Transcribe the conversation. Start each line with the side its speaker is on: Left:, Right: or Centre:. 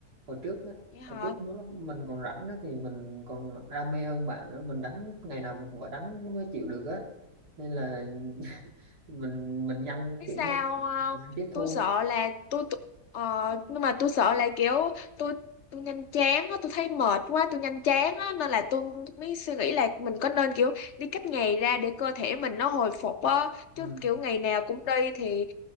Right: hồi trước á
Left: Vậy hả?
Right: hồi trước nếu lúc mình còn rảnh á thì mình còn đam mê hơn bạn nữa mình đánh ngày nào mình cũng phải đánh nó mới chịu được á nên là <laughs> mình mình nhanh
Left: Biết
Right: kiểu
Left: sao
Right: như mình
Left: không?
Right: nhanh tiếp thu
Left: Tôi sợ là tôi tôi- ờ, nhưng mà tôi sợ là kiểu tôi tôi nhanh chán á, tôi thấy mệt quá, tôi nhanh chán á nên là tôi mới suy nghĩ là mình có nên kiểu đi cách ngày ra để cơ thể mình nó hồi phục á
Right: ừ.
Left: chứ kiểu ngày nào cũng đi thì